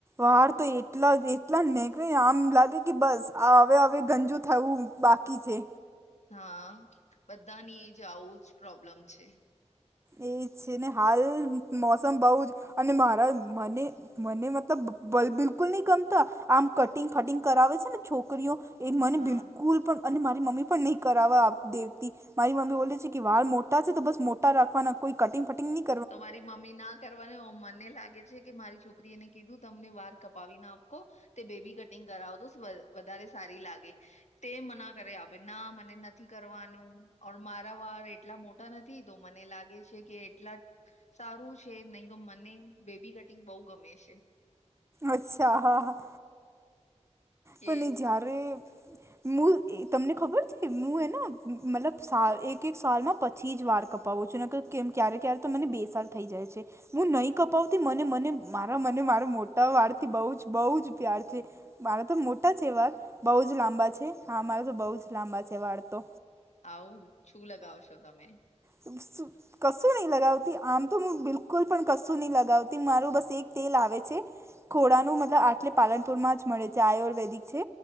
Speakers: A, on the right; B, on the left.
A: વાળ તો એટલા જ એટલા જ નેહકળેને આમ લાગે કે બસ આ અવે અવે ગંજુ થવું બાકી છે.
B: હા બધાની એજ આવું જ પ્રોબ્લમ છે.
A: એ છે ને હાય મોસમ બઉ જ અને મારા મને મને મતલબ બ બિલકુલ ની ગમતા આમ કટિંગ ફટિંગ કરાવે છે ને છોકરીઓ એ મને
B: હા.
A: બિલકુલ પણ અને મારી મમ્મી પણ નઈ કરાવવા આપતી અતી, મારી મમ્મી બોલે છે કે વાર મોટા છે તો બસ મોટા રાખ ખવાના કોઈ કટિંગ ફટિંગ ની
B: તો મારી મમ્મી ના કરવાને ઓ મને લાગે છે કે મારી છોકરી એને કીધું તમને વાર કપાવી નાખો તે બેબી કટિંગ કરાવો સ તો વધારે સારી લાગે. તે મના કર અવે ના મને નથી કરવાનું ઓર મારા વાર એટ લા મોટા નથી તો મને લાગે છે કે એટલા સારું છે નઈ તો મને બેબી કટિંગ બઉ ગમે છે.
A: અચ્છા હા હા
B: કે
A: પન એ જ્યારે મું એ તમને ખબર છે મું હેના મતલબ સા એક એક સાલમાં પછી જ વાર કપાવું છું નકર કેમ ક્યારે ક્યારે તો મને બે સાલ થઈ જાય છે, મું નઈ કપાવતી મને મને મારા મને મારો મો ટા વાળથી બઉ જ બઉ જ પ્યાર છે. મારા તો મોટા છે વાર બઉ જ લાંબા છે, હાં મારા તો બઉ જ લાંબા છે વાળ તો
B: આવું છુ લગાવ છો તમે?
A: ત સુું કશું નઈ લગાવતી આમ તો મું બિલકુલ પણ કશું ની લગાવતી મારું બસ એક તેલ આવે છે ખોડાનું મતલબ આટલે પાલનપુર માં જ મળે છે આયુર્વેદિક છે